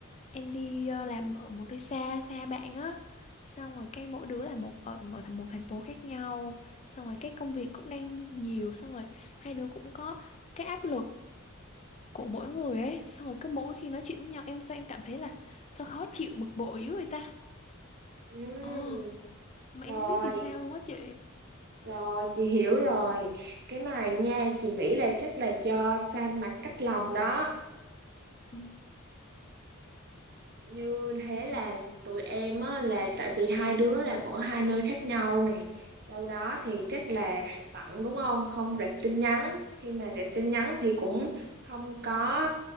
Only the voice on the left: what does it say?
em đi ờ, làm ở một nơi xa xa bạn á xong rồi cái mỗi đứa là một ở một thành một thành phố khác nhau xong rồi cái công việc cũng đang nhiều xong rồi hai đứa cũng có cái áp lực của mỗi người ấy xong rồi cứ mỗi khi nói chuyện với nhau em sao em cảm thấy là sao khó chịu bực bội dữ vậy ta
ồ mà
em không biết vì sao luôn á chị
Ừ.